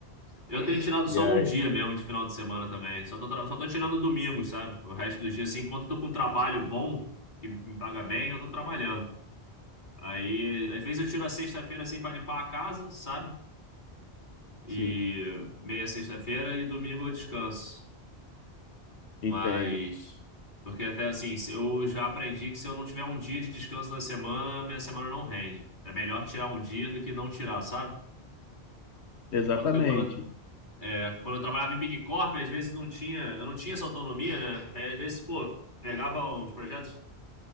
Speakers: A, on the left; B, on the left.
A: Eu tenho tirado só
B: E aí,
A: um dia mesmo de final de semana também. Só tô, tra- só tô tirando domingos, sabe? O resto dos dias, assim, enquanto eu tô com um trabalho bom, que me me paga bem, eu tô trabalhando. Aí, às vezes eu tiro a sexta-feira, assim, pra limpar a casa, sabe? E
B: sim,
A: meia sexta-feira e domingo eu descanso.
B: entendo.
A: Mas, porque até assim, se- eu já aprendi que se eu não tiver um dia de descanso na semana, minha semana não rende. É melhor tirar um dia do que não tirar, sabe?
B: Exatamente.
A: Enquanto que eu, quando É, quando eu trabalhava em Big Corp, às vezes não tinha, eu não tinha essa autonomia, né? Aí, às vezes, pô, pegava uns projetos